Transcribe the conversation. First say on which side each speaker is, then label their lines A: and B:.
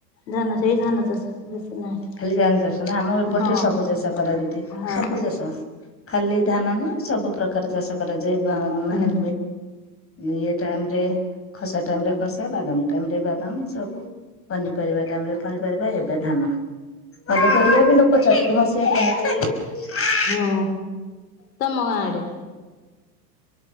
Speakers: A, on the left; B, on the left.
A: ଧାନ ସେଇ ଧାନ ଚାଷ ବେଶି ନାହିଁ।
B: ଖାଲି ଧାନ ଚାଷ ନୁହୁଁ ଆମ ଏପଟରେ
A: ହଁ
B: ସବୁ ଚାଷ କରନ୍ତି
A: ହଁ
B: ସବୁ ଚାଷ। ଖାଲି ଧାନ ନୁହଁ ସବୁ ପ୍ରକାର ଚାଷ କରାଯାଏ ଭା ମାନେ
A: ହଁ
B: ଇଏ ଟାଇମରେ ଖସା ଟାଇମରେ ଖସା ବାଦାମ ଟାଇମରେ ବାଦାମ ସବୁ। ପନିପରିବା ଟାଇମ ରେ ପନିପରିବା ଏବେ ଧାନ। ପନିପରିବା ବି ଲୋକ ଚତୁର୍ମାସିଆ ପନିପରିବା ବି ଲଗେଇ ଛନ୍ତି।
A: ହଁ ତମ ଗାଁ ଆଡେ।